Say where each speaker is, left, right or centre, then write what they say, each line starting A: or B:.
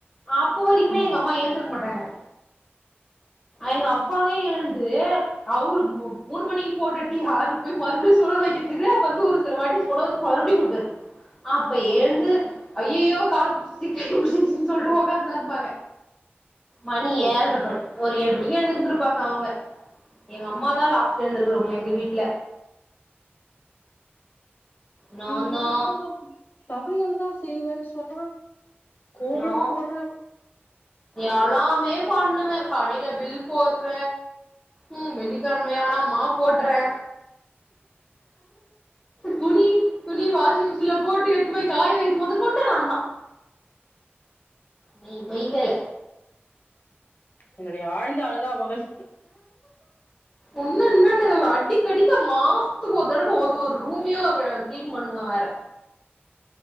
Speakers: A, on the left; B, on the left.
A: அப்ப வரைக்குமே
B: ம்
A: எங்க அம்மா ஏந்திருக்க மாட்டாங்க எங்க அப்பாவே எழுந் து அவுரு மூ மூனு மணிக்கு போட்ட டீ ஆறிப் போய் மறுபடியு சுட வக்கிறதுக்கு வந்து ஒரு சில வாட்டி சுட வச் மறுப்டி குடிப்பர் அப்ப ஏழ்ந்து ஐயையோ காலப் பிடிச்சுச்சி கைய பிடிச்சிச்சின் சொல்ட்டு ஒக்காந்தா இருப்பாங்க மணி
B: ஓ
A: ஏழ்ற மணி ஒரு ஏழு மணிக்கு எழுந்துருப்பாங்க அவுங்க எங்கம்மாதா லாஸ்ட் எழுந்திருக்கறவுங்க எங்க வீட்ல நா
B: நீ
A: தா
B: இன்னடா மீன்ஸ் சமையல்தா செய்வேன் சொன்னா கோலோ
A: நோ
B: போட்ற
A: எல்லாமே பண்ணுவே கடைல பில் போட்ற ம் வெள்ளிக்கிழமையான மாப் போட்றே துணி துணி வாஷிங் மிஷின்ல போட்டு எட்த்து போய் காய வக்கும் மொதற் கொண்டு நாந்தா மை மை வேல
B: என்னுடைய ஆழ்ந்த அனுதாபங்கள்
A: ஒன்ன என்னன்ன அவ அடிக்கடிக்க மாசத்துக்கு ஒரு தடவ ஒர் ஒரு ரூம்யு ஒரு கிளீன் பண்ணுவே வேற